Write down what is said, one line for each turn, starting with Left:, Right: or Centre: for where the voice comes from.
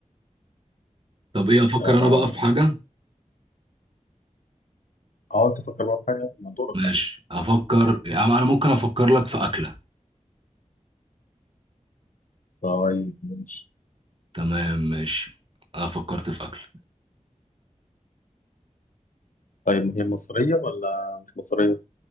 Right: طب ايه افكر
Left: أه
Right: انا بقى في حاجة
Left: آه، أنت فكر بقى في حاجة ما دورك
Right: ماشي
Left: بقى
Right: افكر انا أنا ممكن افكر لك في اكلة
Left: طيب ماشي
Right: تمام ماشي انا فكرت في اكلة
Left: طيب ما هي مصرية ولا مش مصرية؟